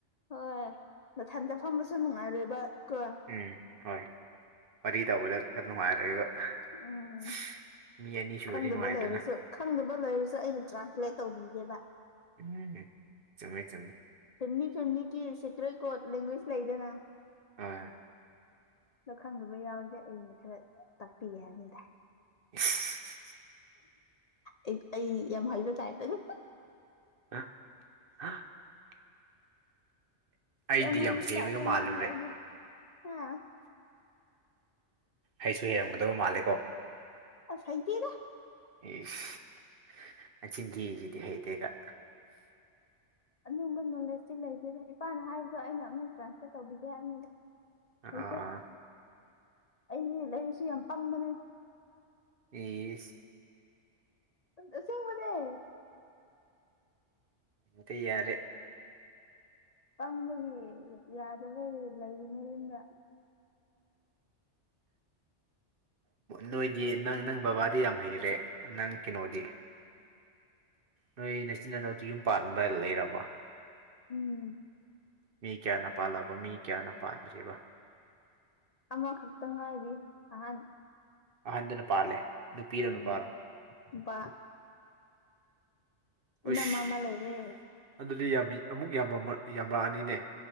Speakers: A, on the left (about 45°); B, on the right (about 55°).
A: ꯍꯣꯏ ꯅꯊꯟꯗ ꯐꯝꯕꯁꯨ ꯅꯨꯡꯉꯥꯏꯔꯣꯏꯕ ꯀꯣ꯫
B: ꯎꯝ ꯍꯣꯏ ꯋꯥꯔꯤ ꯇꯧꯕꯗ ꯈꯔ ꯅꯨꯡꯉꯥꯏꯔꯣꯏꯕ꯫
A: ꯎꯝ
B: <unintelligible> ꯃꯤ ꯑꯅꯤ ꯁꯨꯔꯗꯤ
A: ꯈꯪꯗꯕ
B: ꯅꯨꯡꯉꯥꯏꯗꯅ꯫
A: ꯂꯩꯔꯁꯨ ꯈꯪꯗꯕ ꯂꯩꯔꯁꯨ ꯑꯩꯅ ꯇ꯭ꯔꯥꯟꯁꯂꯦꯠ ꯇꯧꯕꯤꯒꯦꯕ
B: ꯆꯨꯃꯦ ꯆꯨꯃꯦ
A: ꯐꯦꯝꯂꯤ ꯐꯦꯝꯂꯤꯒꯤ ꯁꯦꯀ꯭ꯔꯦꯠ ꯀꯣꯠ ꯂꯦꯡꯒ꯭ꯋꯦꯖ ꯂꯩꯗꯅ
B: ꯍꯣꯏ
A: ꯑꯗꯣ ꯈꯪꯗꯕ ꯌꯥꯎꯔꯗꯤ ꯑꯩꯅ ꯈꯔ ꯇꯥꯛꯄꯤꯒꯦ ꯍꯥꯏꯕꯅꯤꯗ
B: <unintelligible>
A: ꯑꯩ‌ ꯑꯩ ꯌꯥꯝ ꯍꯩꯏꯕ ꯇꯥꯏꯄꯇꯒ
B: <unintelligible> ꯑꯩꯗꯤ
A: ꯌꯥꯝ ꯍꯩꯕ
B: ꯍꯩꯕꯒ
A: ꯇꯥꯏꯄꯇ
B: ꯃꯥꯜꯂꯨꯔꯦ
A: ꯉꯥꯡꯉꯦ ꯑꯩꯗꫭ ꯍꯥ
B: ꯍꯩꯁꯨ ꯍꯩꯔꯝꯒꯗꯕ ꯃꯥꯜꯂꯦꯀꯣ
A: ꯑꯁ ꯍꯩꯇꯦꯗ
B: ꯏꯁ ꯃꯆꯤꯟꯊꯤꯔꯤꯖꯤꯗꯤ ꯍꯩꯇꯦꯒ
A: ꯑꯗꯨꯝꯕ ꯅꯣꯂꯦꯖꯇꯤ ꯂꯩꯗꯦꯗ ꯏꯄꯥꯅ ꯍꯥꯏꯕꯗꯣ ꯑꯩꯅ ꯑꯃꯨꯛ ꯇ꯭ꯔꯥꯟꯁꯂꯦꯠ ꯇꯧꯕꯤꯒꯦ ꯍꯥꯏꯕꯅꯤꯗ
B: ꯑꯥ
A: ꯍꯩꯇꯦ ꯑꯩꯗꯤ ꯂꯩꯥꯏꯔꯤꯛꯁꯨ ꯌꯥꯝ ꯄꯪꯕꯅꯦ
B: ꯏꯁ
A: ꯑꯁꯦꯡꯕꯅꯦ
B: ꯇꯤ ꯌꯥꯔꯦ
A: ꯄꯪꯕꯒꯤ ꯌꯥꯗꯕꯩ ꯂꯩꯔꯤꯅꯦ ꯌꯨꯝꯗ
B: ꯅꯣꯏꯗꯤ ꯅꯪ ꯅꯪ ꯕꯕꯥꯗꯤ ꯌꯥꯝ ꯍꯩꯔꯦ ꯅꯪ ꯀꯩꯅꯣꯗꯤ ꯅꯣꯏ ꯅꯆꯤ ꯅꯅꯥꯎꯗ ꯌꯨꯝ ꯄꯥꯟꯕ ꯂꯩꯔꯕꫭ
A: ꯎꯝ
B: ꯃꯤ ꯀꯌꯥꯅ ꯄꯥꯜꯂꯕ ꯃꯤ ꯀꯌꯥꯅ ꯄꯥꯟꯗꯔꯤꯕ
A: ꯑꯃꯈꯛꯇ ꯉꯥꯏꯔꯤ ꯑꯍꯥꯟ
B: ꯑꯍꯟꯗꯨꯅ ꯄꯥꯜꯂꯦ ꯅꯨꯄꯤꯔꯣ
A: ꯎꯝ
B: ꯅꯨꯄꯥꯔꯣ
A: ꯅꯨꯄꯥ
B: ꯎꯁ
A: ꯏꯅꯝꯃꯥ ꯑꯃ ꯂꯩꯔꯦ
B: ꯑꯗꯨꯗꯤ ꯌꯥꯝꯃꯤ ꯑꯃꯨꯛ ꯌꯥꯝ ꯌꯥꯝꯔꯛꯑꯅꯤꯅꯦ